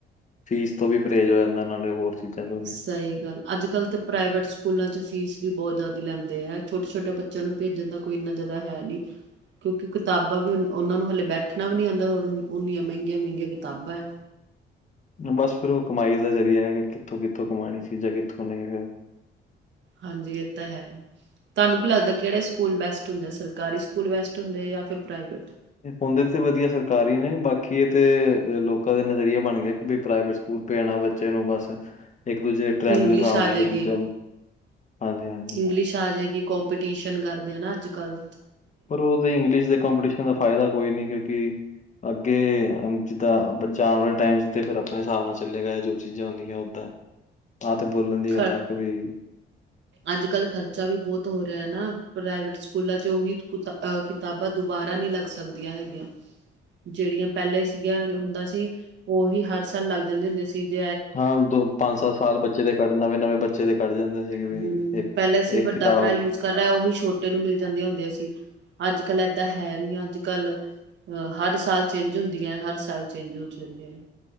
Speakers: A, on the left; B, on the right.
A: ਫੀਸ ਤੋਂ ਵੀ ਪਰਹੇਜ਼ ਹੋ ਜਾਂਦਾ ਨਾਲੇ ਹੋਰ ਚੀਜ਼ਾਂ ਤੋਂ ਵੀ
B: ਸਹੀ ਗੱਲ ਅੱਜ ਕੱਲ੍ਹ ਤਾਂ ਪ੍ਰਾਈਵੇਟ ਸਕੂਲਾਂ 'ਚ ਫੀਸ ਵੀ ਬਹੁਤ ਜ਼ਿਆਦਾ ਲੈਂਦੇ ਹੈ ਛੋਟੇ -ਛੋਟੇ ਬੱਚਿਆਂ ਨੂੰ ਭੇਜਣ ਦਾ ਕੋਈ ਇੰਨਾ ਜ਼ਿਆਦਾ ਹੈ ਨਹੀਂ ਕਿਉਂਕਿ ਕਿਤਾਬਾਂ ਵੀ ਉਹਨਾਂ ਨੂੰ ਹਲੇ ਬੈਠਣਾ ਵੀ ਨਹੀਂ ਆਉਂਦਾ, ਓਨੀਆਂ ਮਹਿੰਗੀਆਂ- ਮਹਿੰਗੀਆਂ ਕਿਤਾਬਾਂ ਹੈ
A: ਬਸ ਫਿਰ ਉਹ ਕਮਾਈ ਦਾ ਜ਼ਰੀਆ ਹੈ ਕਿ ਕਿੱਥੋਂ- ਕਿੱਥੋਂ ਕਮਾਉਣੀ ਚੀਜ਼ਾਂ ਕਿੱਥੋਂ ਨਹੀਂ ਫਿਰ
B: ਹਾਂਜੀ ਇਹ ਤਾਂ ਹੈ ਤੁਹਾਨੂੰ ਕੀ ਲੱਗਦਾ ਕਿਹੜੇ ਸਕੂਲ ਬੈਸਟ ਹੁੰਦੇ ਸਰਕਾਰੀ ਸਕੂਲ ਬੈਸਟ ਹੁੰਦੇ ਜਾਂ ਪ੍ਰਾਈਵੇਟ
A: ਹੁੰਦੇ ਤੇ ਵਧੀਆ ਸਰਕਾਰੀ ਨੇ ਬਾਕੀ ਇਹ ਤੇ ਲੋਕਾਂ ਦਾ ਨਜ਼ਰੀਆ ਬਣ ਗਿਆ ਕਿ ਬ ਪ੍ਰਾਈਵੇਟ ਸਕੂਲ ਪੈਣਾ ਬੱਚੇ ਨੂੰ ਬਸ, ਇੱਕ ਦੂਜੇ ਦੇ ਟਰੈਂਡ
B: ਇੰਗਲਿਸ਼
A: ਦੇ ਹਿਸਾਬ
B: ਆ
A: ਨਾਲ
B: ਜਾਏਗੀ।
A: ਕੇ ਦੂਜਾ ਹਾਂਜੀ ਹਾਂਜੀ
B: ਇੰਗਲਿਸ਼ ਆ ਜਾਏਗੀ, ਕੋਂਪੀਟੀਸ਼ਨ ਕਰਦੇ ਆ ਨਾ ਅੱਜ -ਕੱਲ
A: ਪਰ ਉਹਦੇ ਇੰਗਲਿਸ਼ ਦੇ ਕੰਪੀਟੀਸ਼ਨ ਦਾ ਫਾਇਦਾ ਕੋਈ ਨੀ ਕਿਉਂਕਿ ਅੱਗੇ ਅ ਜਿੱਦਾਂ ਬੱਚਾ ਆਉਣ ਵਾਲੇ ਟਾਈਮ ' ਫਿਰ ਆਪਣੇ ਹਿਸਾਬ ਨਾਲ ਚੱਲੇਗਾ ਜੋ ਚੀਜ਼ਾਂ ਹੁੰਦੀਆਂ ਉੱਦਾਂ ਆ ਤੇ ਬੋਲਣ ਦੀਆ
B: ਖ
A: ਗੱਲਾਂ ਕਿ ਬਈ
B: ਅੱਜ ਕੱਲ੍ਹ ਖਰਚਾ ਵੀ ਬਹੁਤ ਹੋ ਰਿਹਾ ਨਾ, ਪ੍ਰਾਈਵੇਟ ਸਕੂਲਾਂ ਚ ਉਹੀ ਕੁ ਕਿਤਾਬਾਂ ਦੁਬਾਰਾ ਨਹੀਂ ਲੱਗ ਸਕਦੀਆਂ ਹੈਗੀਆਂ ਜਿਹੜੀਆਂ ਪਹਿਲਾਂ ਸੀਗੀਆਂ ਹੁੰਦਾ ਸੀ ਉਹੀ ਹਰ ਸਾਲ ਲੱਗ ਜਾਂਦੀਆ ਹੁੰਦੀਆਂ ਸੀ ਜ
A: ਹਾਂ ਦੋ, ਪੰਜ, ਸੱਤ ਸਾਲ ਬੱਚੇ ਦੇ ਕੱਢ ਨਵੇਂ-ਨਵੇਂ ਬੱਚੇ ਦੇ ਕੱਢ ਜਾਂਦੇ ਸੀਗੇ ਵੀ
B: ਹਮ,
A: ਇੱਕ
B: ਪਹਿਲਾਂ ਸੀ
A: ਇੱਕ
B: ਵੱਡਾ
A: ਕਿਤਾਬ
B: ਭਰਾ ਯੂਜ ਕਰ ਰਿਹਾ ਉਹੀ ਛੋਟੇ ਨੂੰ ਮਿਲ ਜਾਂਦੀਆਂ ਹੁੰਦੀਆਂ ਸੀ ਅੱਜ ਕੱਲ੍ਹ ਏਦਾਂ ਹੈ ਨੀ ਅੱਜ ਕੱਲ੍ਹ ਹਰ ਸਾਲ ਚੇਂਜ ਹੁੰਦੀਆਂ ਹੈ, ਹਰ ਸਾਲ ਚੇਂਜ ਹੋ ਜਾਂਦੀਆਂ ਹੈ